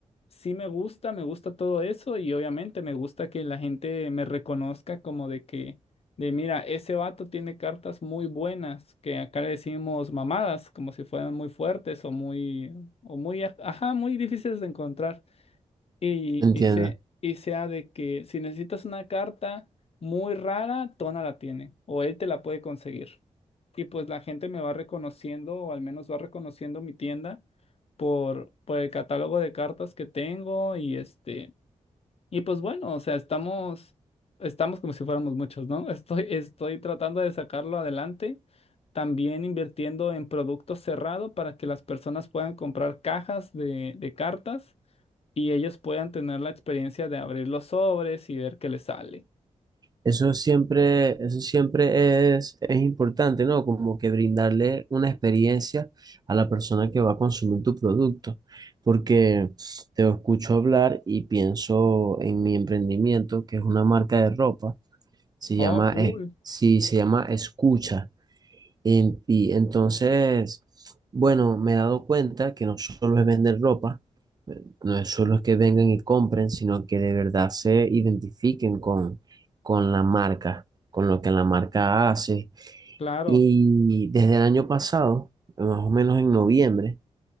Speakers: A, on the left; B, on the right.
A: sí me gusta, me gusta todo eso y obviamente me gusta que la gente me reconozca como de que de mira, ese vato tiene cartas muy buenas, que acá le decimos mamadas, como si fueran muy fuertes o muy, o muy, aj- ajá, muy difíciles de encontrar. Y,
B: ¿Entiendes?
A: y, se, y sea de que si necesitas una carta muy rara, Tona la tiene, o él te la puede conseguir. Y pues la gente me va reconociendo, o al menos va reconociendo mi tienda por, por el catálogo de cartas que tengo y este. Y pues bueno, o sea, estamos, estamos como si fuéramos muchos, ¿no? <laughs> Estoy, estoy tratando de sacarlo adelante, también invirtiendo en producto cerrado para que las personas puedan comprar cajas de, de cartas y ellos puedan tener la experiencia de abrir los sobres y ver qué les sale.
B: Eso siempre, eso siempre es, es importante, ¿no? Como que brindarle una experiencia a la persona que va a consumir tu producto, porque te escucho hablar y pienso en mi emprendimiento, que es una marca de ropa, se llama,
A: Oh, cool,
B: eh, sí, se llama Escucha. En- y entonces, bueno, me he dado cuenta que no solo es vender ropa, no es solo que vengan y compren, sino que de verdad se identifiquen con, con la marca, con lo que la marca hace.
A: claro,
B: Y desde el año pasado, más o menos en noviembre,